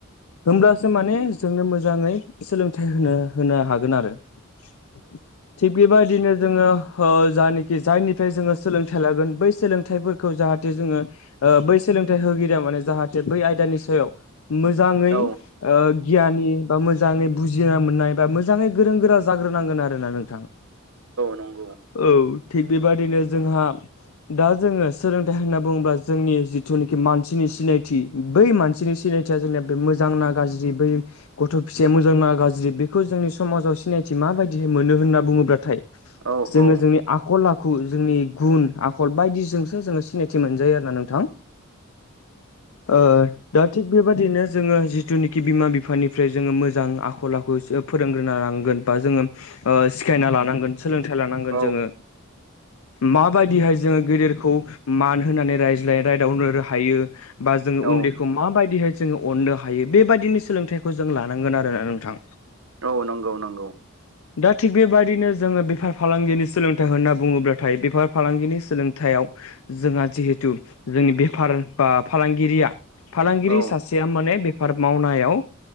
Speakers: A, on the left; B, on the right.
A: होमब्लासो माने जोंनो मोजाङै सोलोंथाइ होनो होनो हागोन आरो <inaudible> थिग बेबायदिनो जोङो ओ जानोखि जायनिफ्राय जोङो सोलोंथाइ लागोन बै सोलोंथाइफोर खौ जाहाथे जोङो ओ बै सोलोंथाइ होगिरिया माने जाहाथे बै आयदानि सायाव मोजाङै
B: औ
A: ओ गियानि बा मोजाङै बुजिना मोननाय बा मोजाङै गोरों गोरा जाग्रोनांगोन आरोना नोंथां
B: नंगौ
A: औ थिग बेबादिनो जोंहा दा जोङो सोलोंथाइ होनना बुङोब्ला जोंनि जिथुनोखि मानसिनि सिनायथि बै मानसिनि सिनायथि थिया जोंनिया बे मोजां ना गाज्रि बै गथ' फिसाया मोजांना गाज्रि बेखौ जोंनि समाजाव सिनायथि माबायदि मोनो होनना बुङोब्लाथाय
B: औ औ
A: जोङो जोंनि आखल-आखु जोंनि गुन आखल बायदिजोंसो जोङो सिनायथि मोनजायो आरोना नोंथां
B: <inaudible>
A: ओ दा थिग बेबादिनो जोङो जिथुनिखि बिमा-बिफानिफ्राय जोङो मोजां आखल-आखुसो फोरोंग्रोना लानांगोन बा जोङो ओ सिखायना लानांगोन सोलोंथाइ लानांगोन
B: औ
A: जोङो माबायदिहाय जोङो गेदेरखौ मान होनानै रायज्लाय रायदावनो हायो बा जोङो
B: औ
A: उन्दैखौ माबाय है जोङो अननो हायो बेबायदिनो सोलोंथाइखौ जों लानांगोन आरोना नोंथां
B: औ नंगौ नंगौ
A: दा थिग बेबायदिनो जोङो बेफार फालांगिनि सोलोंथाइ होनना बुङोब्लाथाय बेफार फालांगिनि सोलोंयाइयाव जोंहा जिहेथु जोंनि बेफार बा फालांगिरिया फालांगिरि
B: औ
A: सासेया माने बेफार मावनायाव ओ